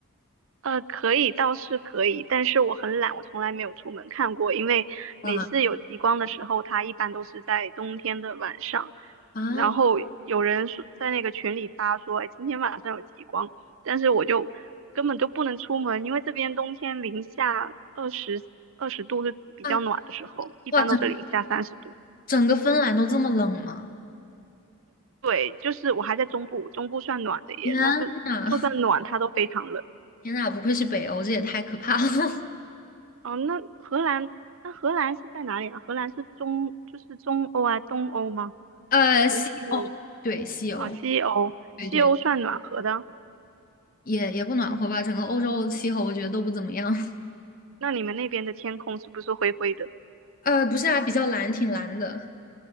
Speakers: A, on the right (about 65°); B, on the left (about 40°).
A: 呃，可以，倒是可以，但是我很懒，我从来没有出门看过，因为每次有极光的时候，
B: 哇
A: 它一般都是在冬天的晚上，
B: 啊
A: 然后有人说在那个群里发说，哎，今天晚上有极光，但是我就根本就不能出门，因为这边冬天零下二十二十度是比较暖的时候，
B: 啊
A: 一般都是零下三十度。
B: 哇，整整个芬兰都这么冷吗？
A: 对，就是我还在中部，中部算暖的耶，
B: 天
A: 但是就算暖，
B: 呐，
A: 它都非常冷。
B: 天呐，不愧是北欧，这也太可怕了。<laughs>
A: 哦，那荷兰，那荷兰是在哪里啊？荷兰是中，就是中欧啊，东欧吗？
B: 呃，
A: 还是西欧？
B: 西欧，对，西欧。
A: 哦，西欧，
B: 对对，
A: 西欧算暖和的。
B: 也也不暖和吧，整个欧洲气候我觉得都不怎么样。<laughs>
A: 那你们那边的天空是不是灰灰的？
B: 呃，不是啊，比较蓝，挺蓝的。